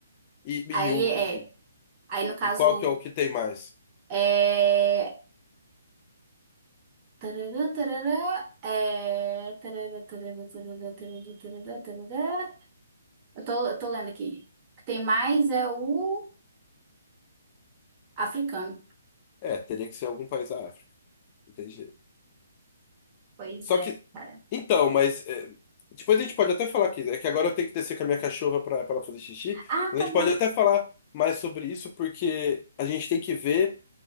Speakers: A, on the left; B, on the right.
A: E,
B: Aí
A: e, o-
B: é,
A: e,
B: aí no caso.
A: e qual que é o que tem mais?
B: É, Tararã, tararã, é... tararã, tararã, tararã, tararã, tararã, tararã. Eu tô, eu tô lendo aqui. O que tem mais é o africano.
A: É, teria que ser algum país da África. Não tem jeito.
B: Pois
A: Só
B: é,
A: que,
B: cara.
A: Então, mas é, depois a gente pode até falar aqui. É que agora eu tenho que descer com a minha cachorra para ela fazer xixi.
B: Ah,
A: Mas
B: tá
A: a gente
B: bom.
A: pode até falar mais sobre isso, porque a gente tem que ver